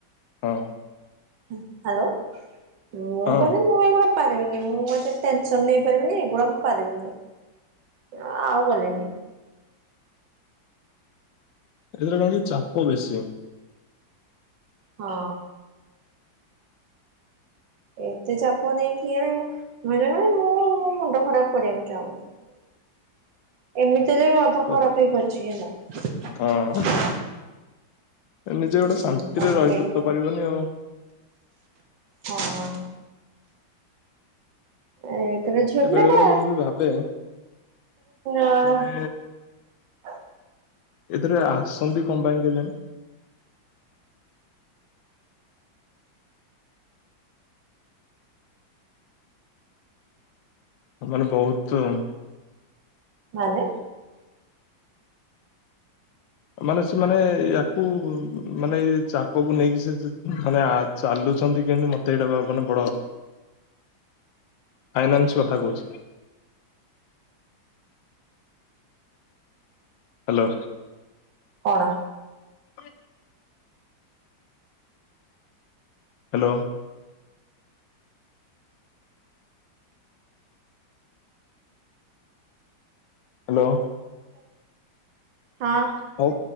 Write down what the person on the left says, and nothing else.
ହଁ
ହଁ
ଏଥିରେ କଣ କି ଚାପ ବେଶୀ
ସତ-
ହଁ ନିଜେ ଗୋଟେ
ଶାନ୍ତିରେ ରହି
ତ ପାରିବନି ଆଉ।
ଏ
ବେଳେ
ବେଳେ ମୁଁ ବି ଭାବେ
ମାନେ
ଏଥିରେ ଆ <unintelligible> କଣ ପାଇଁ କେଜାଣି ସେମାନେ ବୋହୁତ
ମାନେ ସେମାନେ ୟାକୁ ମାନେ ଇ ଚା ପାପକୁ ନେଇକି ସେ ମାନେ ଆ ଚାଲୁଚନ୍ତି। କିନ୍ତୁ ମତେ ଏଇଟା ମାନେ ବଡ଼ ଫାଇନାନ୍ସ କଥା କହୁଛି। ହାଲୋ
<inaudible> ହାଲୋ ହାଲୋ
ହଉ